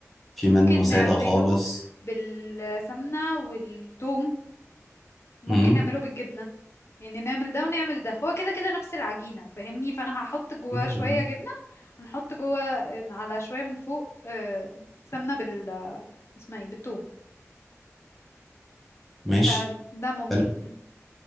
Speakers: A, in the centre; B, on the left.
A: في
B: ممكن
A: منه سادة
B: نعمله
A: خالص
B: بالسمنة والثوم ممكن
A: مم.
B: نعمله بالجبنة يعني نعمل ده ونعمل ده هو كده كده نفس العجينة فاهمني فأنا هحط جواه
A: مم.
B: شوية جبنة ونحط جوه على شوية من فوق آه، سمنة بال آه، اسمها ايه بالثوم
A: ماشي
B: فده ممكن
A: حلو
B: يعني